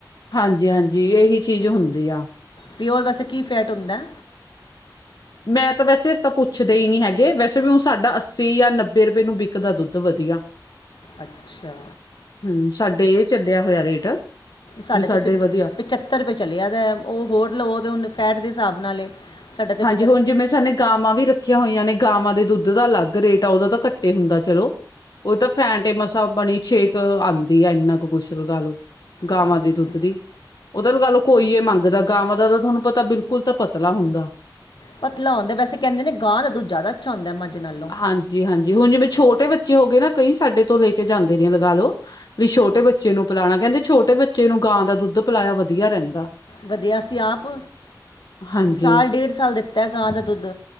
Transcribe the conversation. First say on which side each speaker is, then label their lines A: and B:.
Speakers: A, on the left; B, on the left.
A: ਹਾਂਜੀ- ਹਾਂਜੀ ਇਹੀ ਚੀਜ਼ ਹੁੰਦੀ ਆ।
B: ਪਿਓਰ ਵੈਸੇ ਕੀ ਫੈਟ ਹੁੰਦਾ?
A: ਮੈਂ ਤਾਂ ਵੈਸੇ ਇਸ ਤਾਂ ਪੁੱਛਦੇ ਹੀ ਨੀ ਹੈਗੇ, ਵੈਸੇ ਵੀ ਹੁਣ ਸਾਡਾ ਅੱਸੀ ਜਾਂ ਨੱਬੇ ਰੁਪਏ ਨੂੰ ਵਿਕਦਾ ਦੁੱਧ ਵਧੀਆ।
B: ਅੱਛਾ।
A: ਹੂੰ, ਸਾਡੇ ਇਹ ਚੱਲਿਆ ਹੋਇਆ ਰੇਟ,
B: ਸਾਡੇ
A: ਵੀ
B: ਤੇ
A: ਵਧੀਆ
B: ਪਚੱਤਰ ਰੁਪਏ ਚੱਲਿਆਦਾ ਉਹ ਹੋਰ ਲਓ ਤਾਂ ਹੁਣ ਫੈਟ ਦੇ ਹਿਸਾਬ ਨਾਲ ਏ, ਸਾਡਾ ਤੇ
A: ਹਾਂਜੀ,
B: ਪਚੱਤਰ
A: ਹੁਣ ਜਿਵੇਂ ਸਾਨੇ, ਗਾਵਾਂ ਵੀ ਰੱਖੀਆਂ ਹੋਈਆਂ ਨੇ ਗਾਵਾਂ ਦੇ ਦੁੱਧ ਦਾ ਅਲੱਗ ਰੇਟ ਆ ਉਹਦਾ ਤਾਂ ਘੱਟੇ ਹੁੰਦਾ ਚਲੋ, ਉਹ ਤਾਂ ਫੈਂਟ ਮਸਾ ਬਣੀ ਛੇ ਕੁ ਆਉਂਦੀ ਆ ਇੰਨਾ ਕੁ ਕੁਛ ਲਗਾਲੋ, ਗਾਵਾਂ
B: ਹਾਂਜੀ
A: ਦੇ ਦੁੱਧ ਦੀ, ਉਹਦਾ ਗੱਲ ਕੋਈਏ ਮੰਗਦਾ ਗਾਵਾਂ ਦਾ ਤਾਂ ਤੁਹਾਨੂੰ ਪਤਾ ਬਿਲਕੁਲ ਤਾਂ ਪਤਲਾ ਹੁੰਦਾ,
B: ਪਤਲਾ ਆਉਂਦਾ ਵੈਸੇ ਕਹਿੰਦੇ ਗਾਂ ਦਾ ਦੁੱਧ ਜ਼ਿਆਦਾ ਅੱਛਾ ਹੁੰਦਾ ਮੱਝ ਨਾਲੋਂ,
A: ਹਾਂਜੀ-ਹਾਂਜੀ, ਹੁਣ ਜਿਵੇਂ ਛੋਟੇ ਬੱਚੇ ਹੋ ਗਏ ਨਾ ਕਈ ਸਾਡੇ ਤੋਂ ਲੈ ਕੇ ਜਾਂਦੇ ਨੇ ਲਗਾ ਲਓ, ਵੀ ਛੋਟੇ ਬੱਚੇ ਨੂੰ ਪਿਲਾਉਣਾ ਕਹਿੰਦੇ ਛੋਟੇ ਬੱਚੇ ਨੂੰ ਗਾਂ ਦਾ ਦੁੱਧ ਪਿਲਾਇਆ ਵਧੀਆ ਰਹਿੰਦਾ।
B: ਵਧੀਆ ਸੀ ਆਪ,
A: ਹਾਂਜੀ
B: ਸਾਲ ਡੇਢ ਸਾਲ ਦਿੱਤਾ ਗਾਂ ਦਾ ਦੁੱਧ,